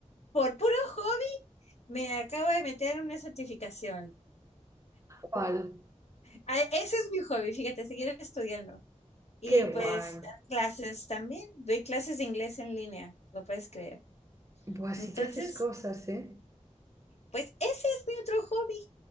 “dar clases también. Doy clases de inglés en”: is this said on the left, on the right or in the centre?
Left